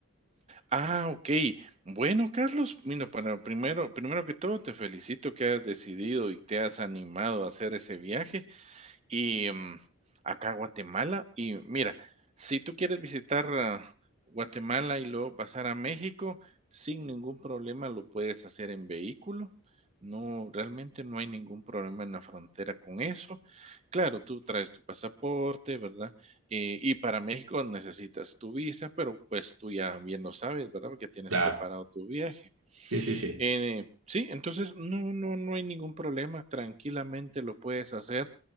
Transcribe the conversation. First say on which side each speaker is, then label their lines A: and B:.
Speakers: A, on the right; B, on the right.
A: Ah, okey. Bueno, Carlos, mira, para primero primero que todo, te felicito que has decidido y te has animado a hacer ese viaje. Y, mm, acá Guatemala, y mira, si tú quieres visitar, ah, Guatemala y luego pasar a México, sin ningún problema lo puedes hacer en vehículo. No, realmente no hay ningún problema en la frontera con eso. Claro, tú traes tu pasaporte, ¿verdad? Eh, y para México necesitas tu visa, pero, pues, tú ya bien lo sabes, ¿verdad? Porque tienes
B: Claro,
A: preparado tu viaje.
B: sí, sí, sí.
A: Eh, sí, entonces no no no hay ningún problema, tranquilamente lo puedes hacer